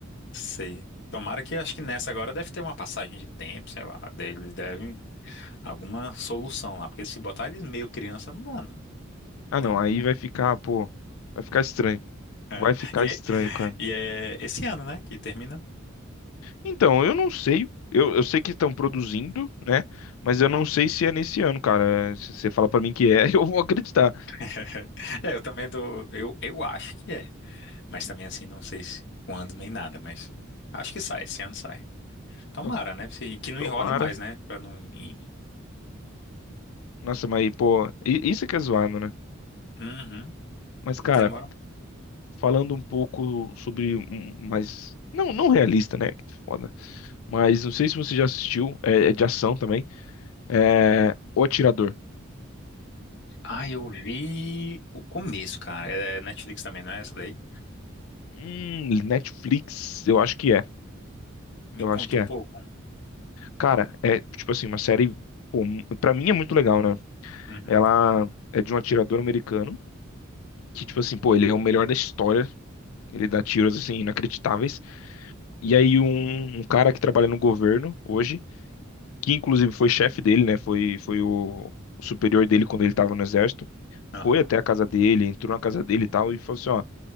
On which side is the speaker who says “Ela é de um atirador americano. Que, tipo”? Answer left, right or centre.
Left